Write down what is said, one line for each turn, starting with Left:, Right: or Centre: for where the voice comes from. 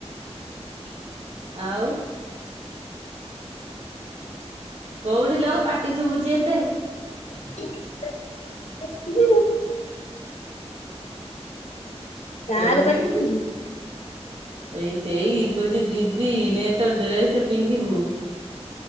Right: ଆଉ। କୋଉଠିଲ ଆଉ ପାଟି ସୁବୁଛି ଏତେ?
Left: <unintelligible> ତାର
Right: କହନି
Left: ପାଟି
Right: କି।
Left: ଶୁଭୁଚି।
Right: ଏଇ ସେଇ କହୁଛି ଦିଦି ନେ ତୋ ଡ୍ରେସେ ପିନ୍ଧିବୁ।